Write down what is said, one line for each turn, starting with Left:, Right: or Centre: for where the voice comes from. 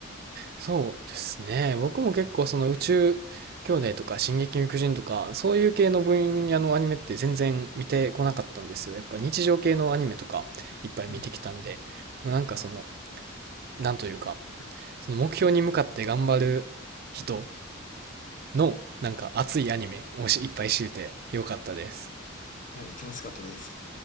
Right: そうですね。僕も結構その宇宙兄弟とか進撃の巨人とか、そういう系の分野のアニメって全然見てこなかったんですよ。やっぱ日常系のアニメとかいっぱい見てきたんで、
Left: うん。
Right: もうなんかその、なんというか、その目標に向かって頑張る人のなんか熱いアニメをしいっぱい知れてよかったです。
Left: はい、楽しかったです。